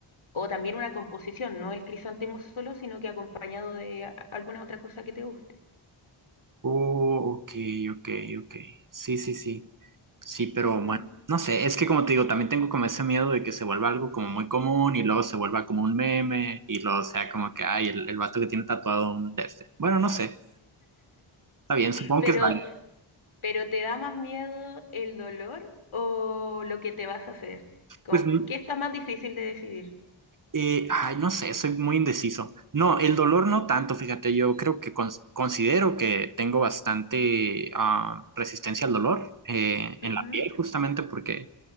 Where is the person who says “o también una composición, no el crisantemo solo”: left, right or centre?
Left